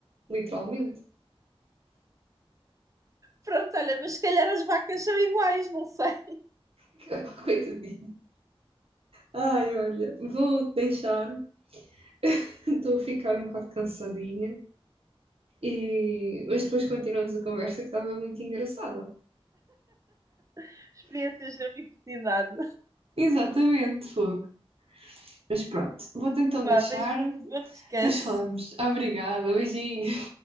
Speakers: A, on the right; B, on the right.
A: Literalmente.
B: pronto, olha, mas se calhar as vacas são iguais, não sei.
A: <laughs> Coitadinho. Ai, olha, vou deixar. <laughs> Estou a ficar um bocado cansadinha. E... Mas depois continuamos a conversa que estava muito engraçada.
B: <laughs> Experiências da universidade.
A: Exatamente, fogo. Mas pronto, vou-te então
B: Vá,
A: deixar.
B: beijinho, bom descanso.
A: Depois falamos. Obrigada, beijinho.